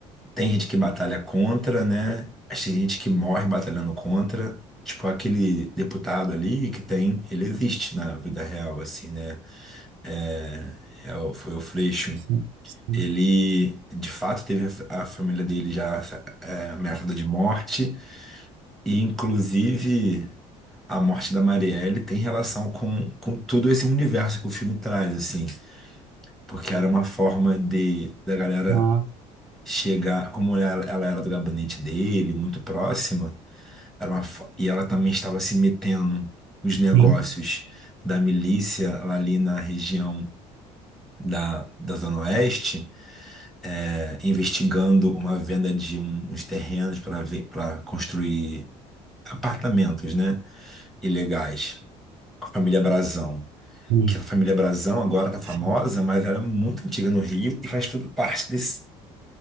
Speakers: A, in the centre; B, on the right.
A: tem gente que batalha contra, né? Mas Tem gente que morre batalhando contra. Tipo, aquele deputado ali que tem, ele existe na vida real, assim, né? É, é o- foi o Freixo.
B: sim, sim.
A: Ele, de fato, teve a, a família dele já é, ameaçada de morte. E, inclusive. a morte da Marielle tem relação com, com todo esse universo que o filme traz, assim, porque era uma forma de da galera
B: Ah,
A: chegar, como ela, ela era do gabinete dele, muito próxima, era uma, fo- e ela também estava se metendo nos negócios
B: sim,
A: da milícia lá ali na região da, da Zona Oeste, é, investigando uma venda de um- uns terrenos para ver, para construir apartamentos, né, ilegais, com a família Brazão.
B: sim,
A: que é a família Brazão agora tá famosa,
B: sim,
A: mas ela é muito antiga no Rio e faz tudo parte desse,